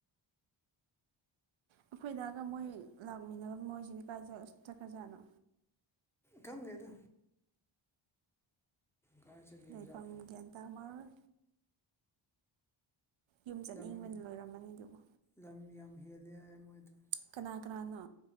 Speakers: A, on the right; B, in the centre.
A: ꯑꯩꯈꯣꯏꯗꯥꯒ ꯃꯣꯏ ꯂꯥꯛꯃꯤꯟꯅꯕ ꯃꯣꯏꯁꯤꯡꯖꯦ ꯀꯥꯏ ꯆꯠ ꯆꯠꯈ꯭ꯔꯖꯥꯠꯅꯣ
B: ꯈꯪꯗꯦꯗꯥ ꯀꯥꯏ ꯆꯠꯈꯤꯕꯖꯥꯠꯂ
A: ꯂꯩꯐꯝ ꯒ꯭ꯌꯥꯟ ꯇꯥꯃꯔꯣꯏ ꯌꯨꯝ ꯆꯠꯅꯤꯡꯕꯅ
B: ꯂꯝ
A: ꯂꯣꯏꯔꯝꯃꯅꯤ ꯑꯗꯨꯕꯨ
B: ꯂꯝ ꯌꯥꯝ ꯍꯦꯜꯂꯦ ꯍꯥꯏꯌꯦ ꯃꯣꯏꯗꯣ
A: ꯀꯅꯥ ꯀꯅꯥꯅꯣ